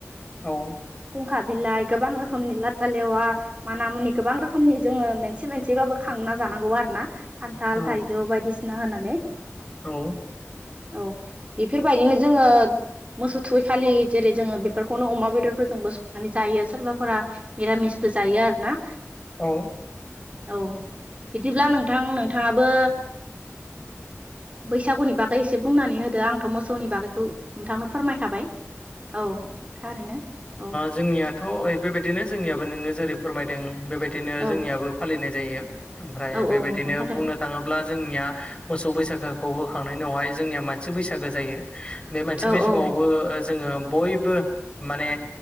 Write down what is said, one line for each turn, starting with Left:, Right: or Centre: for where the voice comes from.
Left: औ
Right: खुंखा बिलाइ गोबां रोखोमनि लाथा लेवा माना मुनि गोबां रोखोमनि जोंङो मोनसे मोनसेबाबो खांना जानांगौ आरो ना। खान्थाल
Left: औ
Right: थाइजौ बायदिसिना होनानै
Left: औ
Right: औ बेफोरबायदिनो जोंङो मोसौ थुवैखालि जेरै जोंङो बेफोरखौनो अमा बेदर फोरजोंबो संनानै जायो सोरबाफोरा मिरामिसबो जायो आरो ना।
Left: औ
Right: औ बिदिब्ला नोंथां नोंथांङाबो बैसागुनि बागै एसे बुंनानै होदो आंथ' मोसौनि बागैखौ नोंथांनो फोरमायखाबाय औ थारैनो। औ
Left: जोंनियाथ' बेबायदिनो जोंनियाबो नोंङो जेरै फोरमायदों बेबायदिनो
Right: औ
Left: जोंनियाबो फालिनाय जायो ओमफ्राय
Right: औ
Left: बेबायदिनो
Right: औ नोंथां थारैनो
Left: बुंनो थांङोब्ला ब्ला जोंनिया मोसौ बैसागोखौ होखांनायनि उनावहाय जोंनि मानसि बैसागोआ जायो बे मान बै सिगाङावबो
Right: औ औ
Left: जोंङो बयबो माने